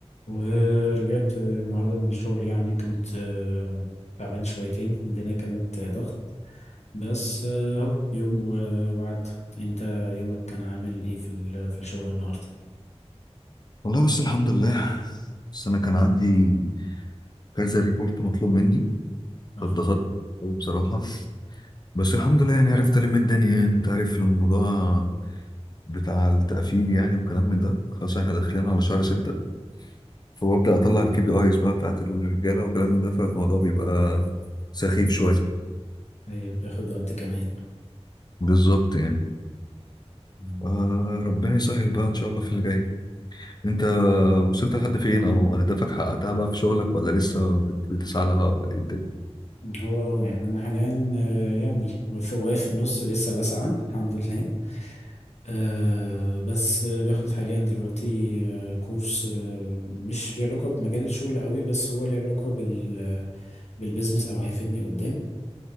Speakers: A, on the left; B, on the left.
A: ورجعت النهاردة من الشغل يعني كنت آه، تعبان شويتين الدنيا كانت آه، ضغط بس آه، اهو يوم و- وعدى انت يومك كان عامل ايه في ال- في الشغل النهاردة
B: والله بس الحمد لله بس انا كان عندي كذا ريبورت مطلوب مني
A: اه
B: فاتضغطت أوي بصراحه بس الحمد لله يعني عرفت الم الدنيا يعني انت عارف الموضوع بتاع التقفيل يعني وكلام من ده خلاص احنا داخلين على شهر ستة فببدا اطلع الكي بي ايز بقى بتاعت الرجاله وكلام من ده فالموضوع بيبقى سخيف شويه
A: هي بياخد وقت كمان
B: بالظبط يعني
A: مم.
B: آه ربنا يسهل بقى ان شاء الله في اللي جاي انت وصلت لحد فين او اهدافك حققتها بقى في شغلك ولا لسه بت- بتسعى لها ولا ايه
A: هو اه يعني انا حاليا آه، يعني في- واقف في النص لسه بسعى الحمد لله أه بس آه، باخد حاليا دلوقتي آه، كورس آه، مش ليه علاقة بمجال الشغل قوي بس هو ليه علاقة بال آه، بالبيزنس او هيفيدني قدام